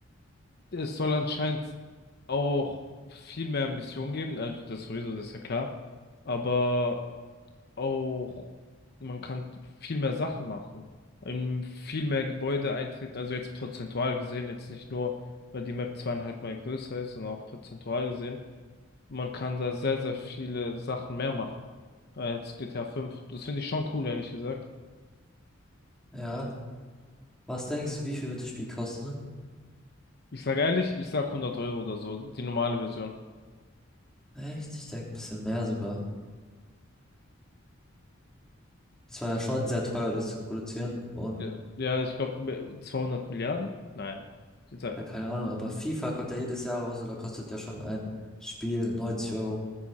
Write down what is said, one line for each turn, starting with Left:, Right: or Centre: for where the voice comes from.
Left: es soll anscheinend auch viel mehr Missionen geben, also das sowieso, das ist ja klar. Aber auch, man kann viel mehr Sachen machen, in viel mehr Gebäude eintreten, also jetzt prozentual gesehen, jetzt nicht nur, weil die Map zweieinhalb Mal größer ist, sondern auch prozentual gesehen. Man kann da sehr, sehr viele Sachen mehr machen als GTA fünf, Das finde ich schon cool, ehrlich gesagt.
Centre: Ja. Was denkst du, wie viel wird das Spiel kosten?
Left: Ich sage ehrlich, ich sag hundert Euro oder so, die normale Version.
Centre: Echt? Ich denke, ein bisschen mehr sogar. Das war ja schon sehr teuer, das zu produzieren. Und
Left: Ja, ja, ich glaube 200 Milliarden? Nein, ich sag,
Centre: ja, keine Ahnung, aber FIFA kommt ja jedes Jahr raus oder kostet ja schon ein Spiel neunzig Euro.